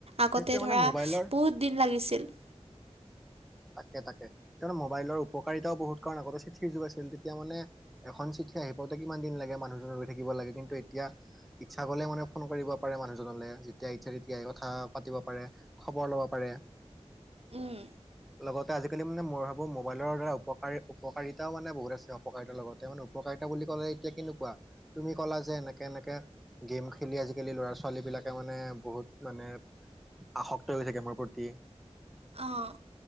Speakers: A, on the right (about 65°); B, in the centre.
A: আগতে
B: সেইটোৱে মানে
A: ধৰা
B: মোবাইলৰ
A: বহুত দিন লাগিছিল।
B: তাকে তাকে <unintelligible> মোবাইলৰ উপকাৰিতাও বহুত কাৰণ আগতে চিঠিৰ যুগ আছিল তেতিয়া মানে। এখন চিঠি আহি পাওঁতে কিমান দিন লাগে মানুহজন ৰৈ থাকিব লাগে কিন্তু এতিয়া। ইচ্ছা গলে মানে ফোন কৰিব পাৰে মানুহজনলৈ যেতিয়া ইচ্ছা তেতিয়াই কথা পাতিব পাৰে। খবৰ লব পাৰে।
A: উম।
B: লগতে আজিকালি মানে মই ভাবো মোবাইলৰ দ্বাৰা উপকাৰী উপকাৰিতাও মানে বহুত আছে উপপকাৰিতাৰ লগতে মানে। উপকাৰিতা বুলি কলে এতিয়া কেনেকুৱা তুমি কলা যে এনেকে এনেকে। গেম খেলি আজিকালি ল'ৰা ছোৱালী বিলাকে মানে বহুত মানে। আসক্ত হৈ থাকে মোৰ প্ৰতি।
A: অঁ